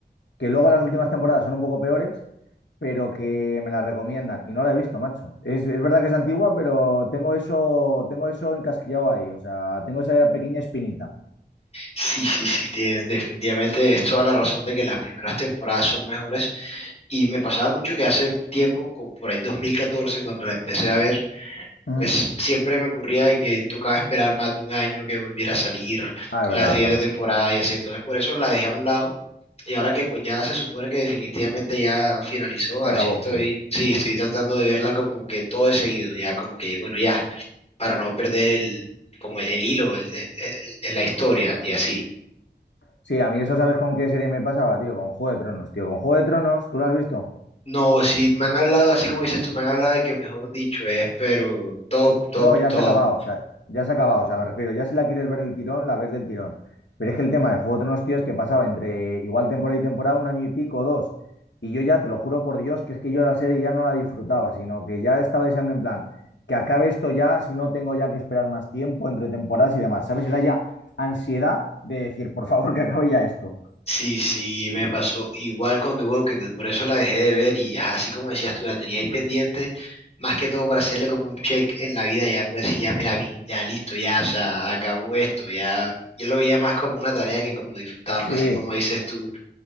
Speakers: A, on the left; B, on the left.
A: que luego las últimas temporadas son un poco peores, pero que me la recomiendan y no la he visto, macho. Es, es verdad que es antigua, pero tengo eso, tengo eso encasquillado ahí, o sea, tengo esa pequeña espinita.
B: Sí, sí, sí, tienes, definitivamente es toda la razón de que las primeras temporadas son mejores Y me pasaba mucho que hace tiempo, como por ahí 2014, cuando la empecé a ver,
A: Ujú.
B: pues siempre me ocurría de que tocaba esperar más de un año que volviera a salir
A: Ah, es
B: la
A: verdad,
B: siguiente
A: claro.
B: temporada y así. Entonces por eso la dejé a un lado. Y ahora que pues ya se supone que definitivamente ya finalizó, ahora
A: Se acabó,
B: sí estoy,
A: sí.
B: sí, estoy tratando de verla como que todo de seguido, ya como que, bueno, ya, para no perder el, como el, el hilo, el, el- el- el- la historia y así.
A: Sí, a mí eso sabes con qué serie me pasaba, tío, con Juego de Tronos, tío, con Juego de Tronos, ¿tú la has visto?
B: No, sí, me han hablado, así como dices tú, me han hablado de que mejor dicho es, pero top, top,
A: No, ya
B: top.
A: se ha acabado, o sea, ya se ha acabado, o sea, me refiero, ya si la quieres ver del tirón, la ves del tirón. Pero es que el tema de Juego de Tronos, tío, es que pasaba entre igual temporada y temporada, un año y pico, dos. Y yo ya, te lo juro por Dios, que es que yo la serie ya no la disfrutaba, sino que ya estaba deseando en plan, que acabe esto ya, si no tengo ya que esperar más tiempo entre temporadas y demás, ¿sabes? Era ya ansiedad de decir, por favor, que acabe ya esto.
B: Sí, sí, me pasó igual con The Walking Dead, por eso la dejé de ver y ajá, así como decías tú, la tenía ahí pendiente, más que todo para hacerle como un check en la vida, ya pues sí, ya me la vi, ya listo, ya, o sea, acabó esto, ya, yo lo veía más como una tarea que como disfrutarla,
A: Sí,
B: así como dices tú,